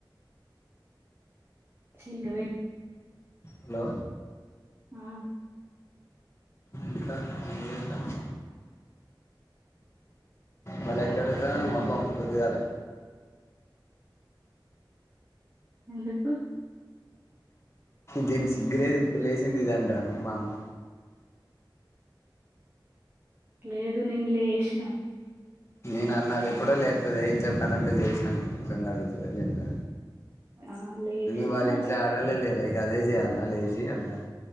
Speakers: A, on the right (about 30°); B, on the left (about 30°).
A: శ్రీ రవీణ
B: హలో
A: ఆ
B: ఇంక ఏంచేస్తానవ్ బలై ఏడుస్తానవ్
A: హ్మ్.
B: మొఖం పొద్దుగాల్నే
A: ఎందుకు
B: దీనికి సిగ్గులేదు ఇప్పుడు లేచంది ఇది అంటాంది మా అమ్మ
A: లేదు నేను లేశిన
B: నేను అన్న అదె ఎప్పుడో లేస్తదే ఇంట్ల పని అంతా చేసినంక మొత్తం కడుగుతది అని చెప్పా
A: ఆ! లేశినా
B: ఎందుకు వాళ్ళ ఇంట్లో ఆడోల్లే లేరు ఇగ అదే చేయాల్నా లేచి అంటాం